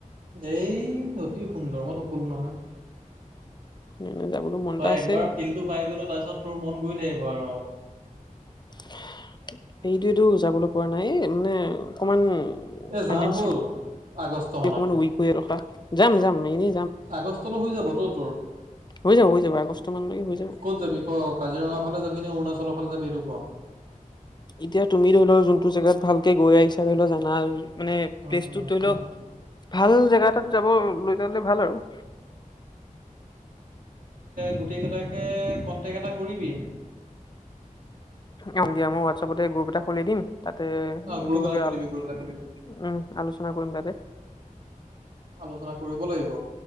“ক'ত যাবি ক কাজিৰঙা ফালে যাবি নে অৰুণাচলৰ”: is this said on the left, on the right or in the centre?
Right